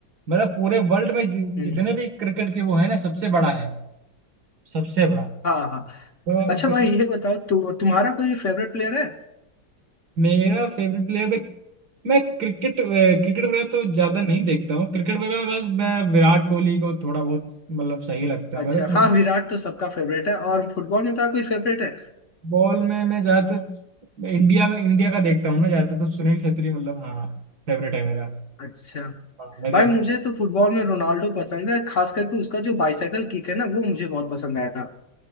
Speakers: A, on the right; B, on the left.
A: मतलब पूरे वर्ल्ड में जि,
B: हम्म,
A: जितने भी क्रिकेट के वो है ना सबसे बड़ा है सबसे बड़ा
B: हाँ हाँ
A: तो
B: अच्छा
A: फिर
B: भाई ये बताओ तु, तुम्हारा कोई फेवरेट प्लेयर है
A: मेरा फेवरेट प्लेयर भी मैं क्रिकेट अ, क्रिकेट वगैरह तो ज्यादा नहीं देखता हूँ क्रिकेट वगैरह में बस मैं विराट कोहली को थोड़ा बहुत मतलब सही लगता
B: अच्छा
A: है मेरे को
B: हाँ विराट तो सबका फेवरेट है और फुटबॉल में तो कोई फेवरेट है
A: बॉल में मैं ज्यादातर इंडिया में इंडिया का देखता हूँ ना ज्यादातर तो सुनील छेत्री मतलब हाँ फेवरेट है मेरा
B: अच्छा
A: हाँ, मैं देख
B: भाई मुझे तो फुटबॉल में रोनाल्डो पसंद है खास करके उसका जो बाइसाइकिल किक है ना वो मुझे बहुत पसंद आया था